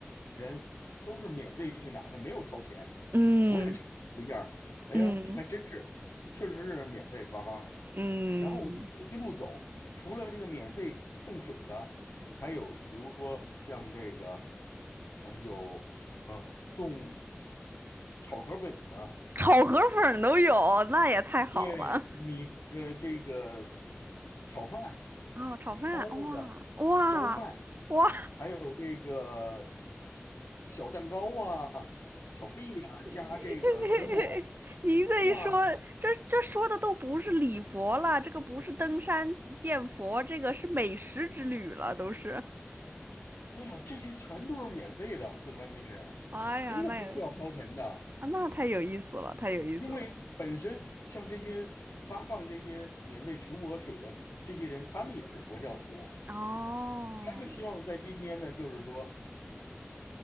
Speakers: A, on the left; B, on the right.
A: 人都是免费去拿的，没有掏钱。
B: 嗯
A: 我也查了一下儿哎呀，
B: 嗯
A: 还真是，确实是免费发放的。
B: 嗯，
A: 然后我就这么一路走，除了这个免费送水的，还有比如说像这个，呃，有嗯送炒河粉的，
B: 炒河粉儿都有，那也太好了
A: 对米呃这个炒饭、
B: 啊！炒饭，
A: 包子、
B: 哇哇哇！
A: 烧麦。还有这个小蛋糕啊、巧克力啊，加这个水果儿
B: <laughs> 您这一说，
A: 哇，
B: 这这说的都不是礼佛了，这个不是登山见佛，这个是美食之旅了，都是。
A: 对呀，这些全都是免费的，最关键是真的不需要掏钱的，
B: 哎呀，那也啊，那太有意思了，太有意思了。
A: 因为本身像这些发放这些免费食物和水的这些人，他们也是佛教徒，
B: 哦，
A: 他们希望在今天呢，就是说